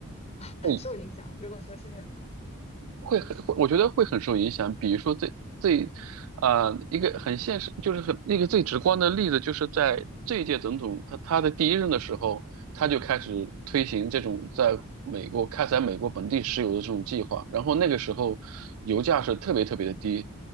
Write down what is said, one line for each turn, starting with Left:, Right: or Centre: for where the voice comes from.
Left: 很受影响？
Right: 会
Left: 如果说是那个状况，
Right: 会很，会我觉得会很受影响。比如说最最，呃，一个很现实，就是很一个最直观的例子，就是在这一届总统他他的第一任的时候，他就开始推行这种在美国开采美国本地石油的这种计划。
Left: 嗯
Right: 然后那个时候油价是特别特别的低，